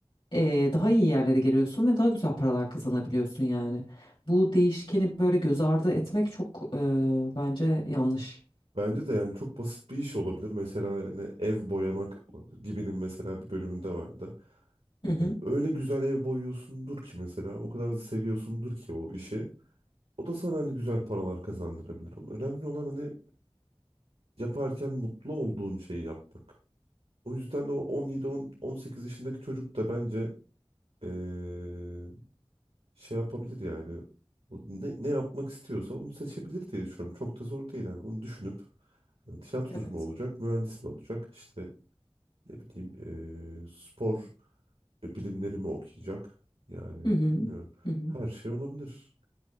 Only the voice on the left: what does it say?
eee, daha iyi yerlere geliyorsun ve daha güzel paralar kazanabiliyorsun yani. Bu değişkeni böyle göz ardı etmek çok eee, bence yanlış.
Hı hı.
Evet.
Hı hı.
Hı hı.